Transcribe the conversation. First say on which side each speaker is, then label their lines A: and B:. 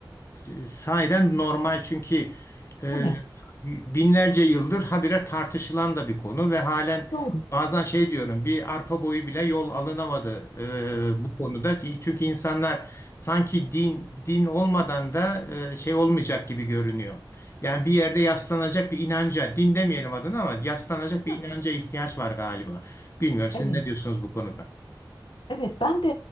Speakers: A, on the left (about 35°); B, on the left (about 75°).
A: e, sahiden normal çünkü e,
B: Değil mi?
A: binlerce yıldır habire tartışılan da bir konu ve halen
B: Doğru.
A: bazen şey diyorum bir arpa boyu bile yol alınamadı e, bu konuda. Çünkü insanlar sanki din din olmadan da e, şey olmayacak gibi görünüyor. Yani bir yerde yaslanacak bir inanca, din demeyelim adına ama yaslanacak bir
B: Hı.
A: inanca ihtiyaç var galiba. Bilmiyorum siz
B: Evet.
A: ne diyorsunuz bu konuda?
B: Evet, ben de